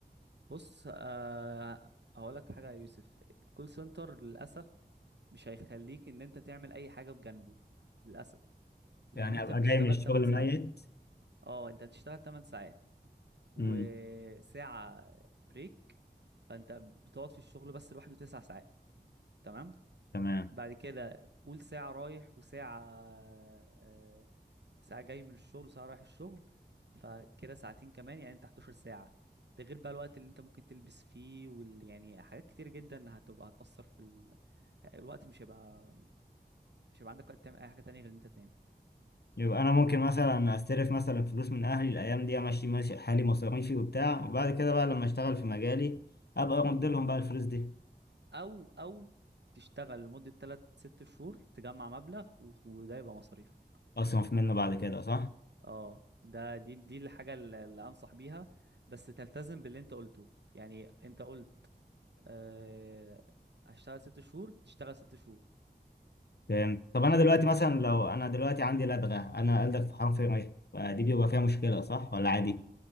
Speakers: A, on the right (about 80°); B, on the left (about 70°).
A: بص آه هقول لك حاجة يا يوسف الكول سنتر للأسف مش هيخليك ان انت تعمل اي حاجه بجانبه للاسف لان
B: يعني
A: انت
B: ابقى
A: بتشتغل
B: جاي من الشغل
A: 8 ساعات
B: ميت
A: اه انت هتشتغل 8 ساعات وساعه
B: امم
A: بريك فانت بتقعد في الشغل بس لوحده 9 ساعات تمام
B: تمام
A: بعد كده قول ساعه رايح وساعه آه، ساعه جاي من الشغل وساعه رايح الشغل فكده ساعتين كمان يعني انت 11 ساعه ده غير بقى الوقت اللي انت ممكن تلبس فيه وال... يعني حاجات كتير جدا هتبقى هتأثر في ال... الوقت مش هيبقى مش هيبقى عندك وقت تعمل اي حاجه تانية غير ان انت تنام
B: يبقى انا ممكن مثلا استلف مثلا فلوس من اهلي الايام دي امشي ماشي حالي مصاريفي وبتاع وبعد كده بقى لما اشتغل في مجالي ابقى ارد لهم بقى الفلوس دي
A: او او تشتغل لمدة 3 6 شهور تجمع مبلغ و- وده يبقى مصاريف
B: اصرف منه بعد كده صح
A: اه ده دي دي الحاجة اللي اللي انصح بيها بس تلتزم باللي انت قلته يعني انت قلت أه هشتغل 6 شهور تشتغل 6 شهور
B: فهمت طب انا دلوقتي مثلا لو انا دلوقتي عندي لدغه انا ألدغ في حرف ر فدي بيبقى فيها مشكله صح ولا عادي